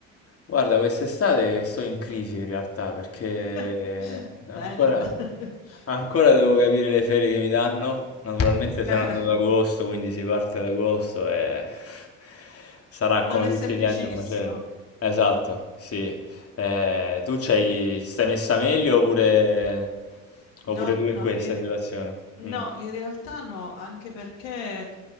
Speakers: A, on the left; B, on the left.
A: Guarda, quest'estate sto in crisi in realtà perché
B: <laughs>
A: ancora,
B: Bene. <laughs>
A: ancora devo capire le ferie che mi danno. Naturalmente saranno
B: Eh,
A: ad agosto, quindi si parte ad agosto e <laughs> sarà
B: Non
A: come
B: è semplicissimo.
A: tutti gli anni un macello. Esatto, sì. Eh, tu c'hai, stai messa meglio oppure,
B: No,
A: oppure tu in
B: no,
A: questa
B: i-
A: situazione?
B: No,
A: Mm.
B: in realtà no, anche perché